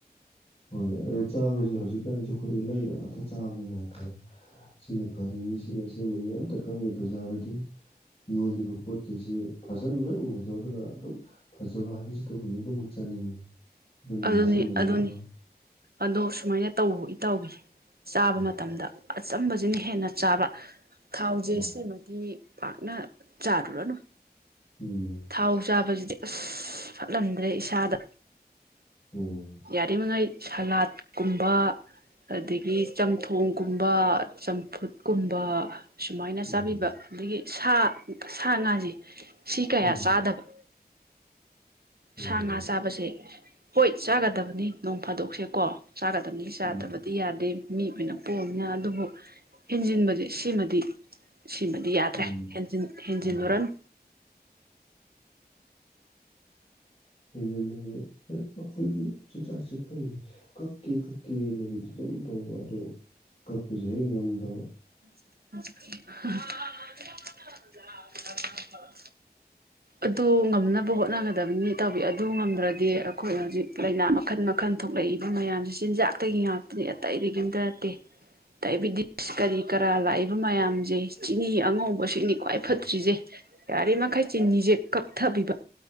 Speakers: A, on the left; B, on the right.
A: ꯍꯣꯏ ꯑꯗꯣ ꯆꯥꯁꯦ ꯍꯧꯖꯤꯛꯀꯥꯟꯁꯦ ꯑꯩꯈꯣꯏꯁ ꯂꯩꯅ ꯉꯥꯛꯇ ꯆꯥꯕꯅꯤꯅ ꯍꯥꯏꯇꯥꯔꯦ ꯁꯤꯅ ꯐꯔꯤꯅꯤ ꯁꯤꯅ ꯑꯁꯕꯅꯤ ꯑꯝꯇ ꯈꯪꯗꯦ ꯕꯖꯥꯔꯗꯗꯤ ꯌꯣꯜꯂꯤꯕ ꯄꯣꯠꯈꯩꯁꯦ ꯐꯖꯅ ꯂꯣꯏ ꯎꯔꯦꯗꯧ ꯑꯗꯨꯅ ꯑꯗꯨꯝ ꯐꯖꯕ ꯍꯥꯏꯕꯁꯤꯇꯕꯨ ꯂꯣꯏꯅꯃꯛ ꯆꯥꯅꯤꯡꯉꯤ ꯑꯗꯨꯅ
B: ꯑꯗꯨꯅꯤ
A: ꯂꯩꯁꯟꯕꯅꯤꯗꯣ
B: ꯑꯗꯨꯅꯤ ꯑꯗꯣ ꯁꯨꯃꯥꯏꯅ ꯇꯧꯕ ꯏꯇꯥꯎ <unintelligible> ꯆꯥꯕ
A: ꯎꯝ
B: ꯃꯇꯝꯗ ꯑꯆꯝꯕꯁꯤꯅ ꯍꯦꯟꯅ ꯆꯥꯕ ꯊꯥꯎꯁꯦ
A: ꯑꯣ
B: ꯁꯤꯃꯗꯤ ꯐꯥꯒꯅ ꯆꯥꯔꯨ ꯂꯅ
A: ꯎꯝ
B: ꯊꯥꯎ ꯆꯥꯕꯁꯤ ꯑꯁ ꯐꯠꯂꯝꯗ꯭ꯔꯦ ꯏꯁꯥꯗ
A: ꯑꯣ
B: ꯌꯥꯔꯤꯃꯉꯩ ꯁꯂꯥꯠꯀꯨꯝꯕ ꯑꯗꯒꯤ ꯆꯝꯊꯣꯡꯒꯨꯝꯕ ꯆꯝꯐꯨꯠ ꯀꯨꯝꯕ ꯁꯨꯃꯥꯏꯅ
A: ꯎꯝ
B: ꯆꯥꯕꯤꯕ ꯑꯗꯒꯤ ꯁꯥ ꯁꯥ ꯉꯥꯁꯦ ꯁꯤ ꯀꯌꯥ
A: ꯎꯝ
B: ꯁꯥꯗꯕ
A: ꯑꯣ
B: ꯁꯥ ꯉꯥ ꯆꯥꯕꯁꯦ ꯍꯣꯏ ꯆꯥꯒꯗꯕꯅꯤ ꯅꯣꯡ ꯐꯥꯗꯣꯛꯁꯦ ꯀꯣ ꯆꯥꯒꯗꯕꯅꯤ ꯆꯥꯗꯕꯗꯤ
A: ꯎꯝ
B: ꯌꯥꯗꯦ ꯃꯤ ꯑꯣꯏꯅ ꯄꯣꯑꯝꯅ ꯑꯗꯨꯕꯨ ꯍꯦꯟꯖꯤꯟꯕꯁꯦ ꯁꯤꯃꯗꯤ ꯁꯤꯃꯗꯤ ꯌꯥꯗ꯭ꯔꯦ
A: ꯎꯝ
B: ꯍꯦꯟꯖꯤꯜꯂꯨꯔꯅꯨ
A: ꯑꯣ ꯌꯦꯦꯟꯟꯕꯁꯦ ꯑꯩꯈꯣꯏꯁꯨ ꯆꯤꯟꯖꯥꯛꯁꯦ ꯈꯪꯗꯦ ꯀꯛꯀꯦ ꯀꯛꯀꯦꯅꯕꯨꯗꯤ ꯑꯗꯨꯝ ꯇꯧꯕ ꯑꯗꯣ ꯀꯛꯄꯁꯦ ꯍꯦꯛ ꯉꯝꯗꯕ
B: <unintelligible> ꯑꯗꯨ ꯉꯝꯅꯕ ꯍꯣꯠꯅꯒꯗꯕꯅꯤ ꯇꯧꯋꯤ ꯑꯗꯨ ꯉꯝꯗ꯭ꯔꯗꯤ ꯑꯩꯈꯣꯏ ꯍꯧꯖꯤꯛ ꯂꯥꯏꯅꯥ ꯃꯈꯜ ꯃꯈꯜ ꯊꯣꯛꯂꯛꯏꯕ ꯃꯌꯥꯝꯁ ꯆꯤꯟꯖꯥꯛ ꯑꯒꯤ ꯉꯥꯛꯇꯅꯦ ꯑꯇꯩꯝꯇ ꯅꯠꯇꯦ ꯗꯥꯏꯇꯤꯁ ꯀ ꯀ ꯂ ꯃꯌꯥꯝꯁꯦ ꯆꯤꯅꯤ ꯑꯉꯧꯕꯁꯤꯅꯤ ꯈ꯭ꯋꯥꯏ ꯐꯠꯇ꯭ꯔꯤꯁꯦ ꯌꯥꯔꯤꯃꯈꯩ ꯆꯤꯅꯤꯖꯦ ꯀꯛꯊꯕꯤꯕ